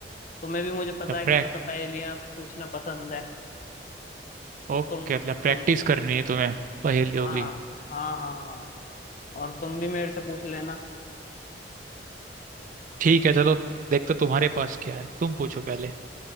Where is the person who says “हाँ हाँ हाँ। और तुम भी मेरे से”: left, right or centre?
Left